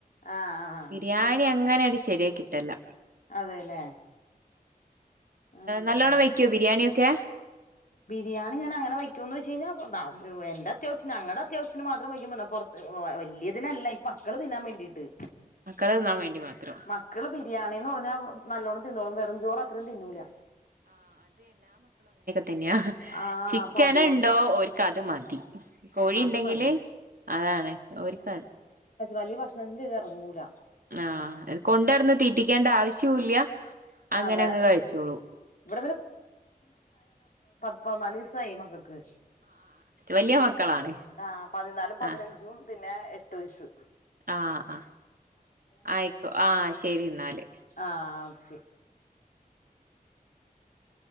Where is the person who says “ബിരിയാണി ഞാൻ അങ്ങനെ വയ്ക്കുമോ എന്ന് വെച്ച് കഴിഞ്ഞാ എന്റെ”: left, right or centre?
Left